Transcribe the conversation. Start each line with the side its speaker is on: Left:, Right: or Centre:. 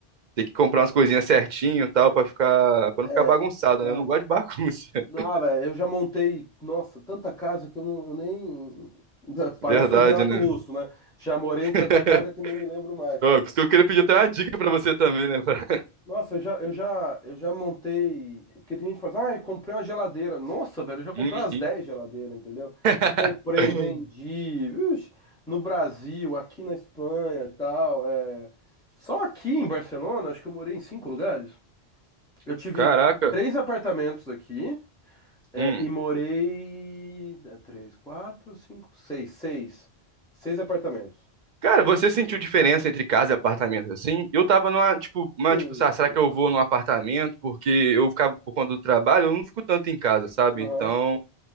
Right: ter que comprar umas coisinhas certinho e tal pra ficar, pra não
Centre: É,
Right: ficar bagunçado,
Centre: cara,
Right: né? Eu não gosto de <laughs> bagunça.
Centre: não, velho, eu já montei, nossa, tanta casa que eu, não, eu nem. <laughs> Parece
Right: Verdade,
Centre: o Renato
Right: né?
Centre: Russo, né? Já morei
Right: <laughs>
Centre: em tanta casa que nem me lembro mais.
Right: Ó, por isso que eu queria pedir até uma dica pra você também, né? pra-
Centre: Nossa, eu já, eu já, eu já montei. Porque tem gente que fala assim, ah, eu comprei uma geladeira. Nossa, velho, eu já comprei
Right: Uhum.
Centre: umas 10 geladeiras, entendeu?
Right: <laughs>
Centre: Comprei, vendi, viu? No Brasil, aqui na Espanha, tal. É... Só aqui em Barcelona, acho que eu morei em cinco lugares. Eu tive
Right: Caraca.
Centre: três apartamentos aqui, é,
Right: Hum.
Centre: e morei. é, Três, quatro, cinco, seis, seis. Seis apartamentos.
Right: Cara, você sentiu diferença entre casa e apartamento assim? Eu tava numa, tipo,
Centre: Sim,
Right: uma, tipo, sabe, será
Centre: sim,
Right: que eu vou
Centre: sim.
Right: num apartamento? Porque eu ficava por conta do trabalho, eu não fico tanto em casa, sabe?
Centre: Aham.
Right: Então,